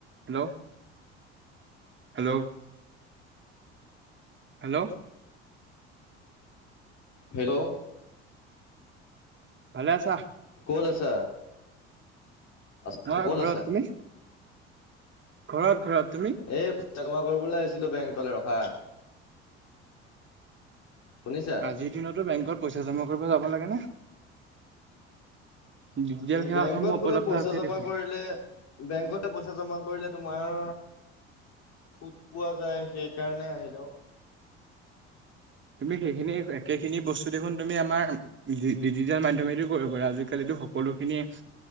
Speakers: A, on the right; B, on the left.
A: Hello hello hello.
B: Hello.
A: ভালে আছা?
B: ক'ত আছা? আছোঁ,
A: মই
B: ক'ত
A: ঘৰত
B: আছা?
A: তুমি ঘৰত, ঘৰত, তুমি?
B: এই পইচা জমা কৰিবলৈ আহিছিলোঁ, বেংকলৈ ৰখা। শুনিছা?
A: আজিৰ দিনতো, বেংকত পইচা জমা কৰিব যাব লাগে নে? ডিজিটেল সেৱাসমূহ
B: বেংকত
A: উপলব্ধ
B: বোলে পইচা
A: আছে
B: জমা
A: দেখোন
B: কৰিলে, বেংকতে পইচা জমা কৰিলে, তোমাৰ সুদ পোৱা যায়, সেইকাৰণে আহিলোঁ।
A: তুমি সেইখিনি, একেখিনি বস্তু দেখোন, তুমি আমাৰ ডিজি ডিজিটেল মাধ্যমেদি কৰিব পাৰা, আজিকালিটো সকলোখিনিয়ে